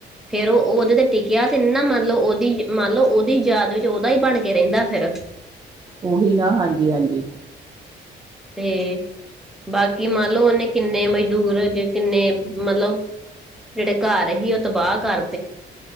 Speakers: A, in the centre; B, on the right.
A: ਫੇਰ ਉਹ ਉਹਦੇ ਤੇ ਟਿਕਿਆ ਤ ਨਾ ਮੰਨ ਲਓ ਉਹਦੀ- ਮੰਨ ਲਓ ਉਹਦੀ ਯਾਦ ਵਿੱਚ ਓਦਾ ਹੀ ਬਣ ਕੇ ਰਹਿੰਦਾ ਫੇਰ।
B: ਉਹੀ ਨਾ ਹਾਂਜੀ- ਹਾਂਜੀ।
A: ਤੇ, ਬਾਕੀ ਮੰਨਲਓ ਉਹਨੇ ਕਿੰਨੇ ਮਜ਼ਦੂਰ ਜੇ ਕਿੰਨੇ ਮਤਲਬ ਜਿਹੜੇ ਘਰ ਹੀ ਉਹ ਤ ਬਾਹ ਕਰ,